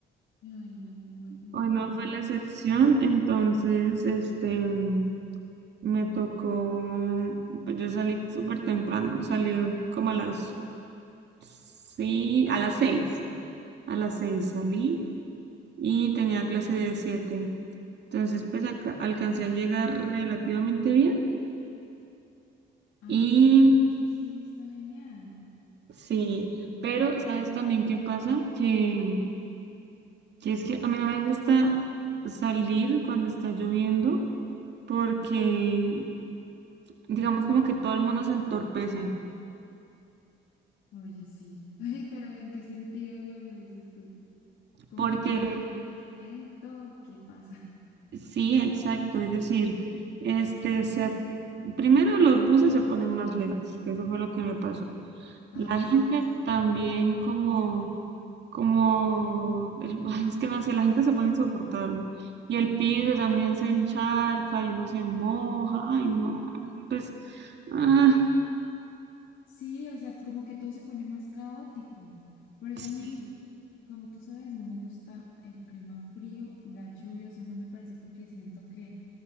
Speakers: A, on the left; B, on the right.
A: Ay, no, me imagino
B: Hoy no
A: como,
B: fue la excepción, entonces, este... mm, Me tocó, pues yo salí súper temprano, salí como a las, sí, a las seis, a las seis salí y tenía clase de siete. Entonces, pues acá alcancé a llegar relativamente bien
A: ay,
B: y
A: bueno, pues eso sí está genial,
B: sí, pero
A: que llegaste
B: ¿sabes
A: a tiempo.
B: también qué pasa? Que, que es que a mí no me gusta salir cuando está lloviendo porque, digamos como que todo el mundo se entorpece
A: Oye, sí. <laughs> Ay, pero ¿en qué sentido lo, lo dices tú? Como
B: porque
A: que caminan más lento, ¿o ¿qué pasa? <laughs>
B: Sí, exacto. Es decir, este, se a- primero los buses se ponen más lentos, que eso fue lo que me pasó.
A: Ay,
B: La
A: sí,
B: gente
A: eso es-
B: también como, como, el- <laughs> ay, es que no sé, la gente se pone insoportable. Y el piso también se encharca y uno se moja. Ay, no. Pues, ah,
A: Sí, o sea, como que todo se pone más caótico. Por eso
B: sí,
A: a mí, como tú sabes, no me gusta el clima frío, la lluvia, o sea, no me parece porque siento que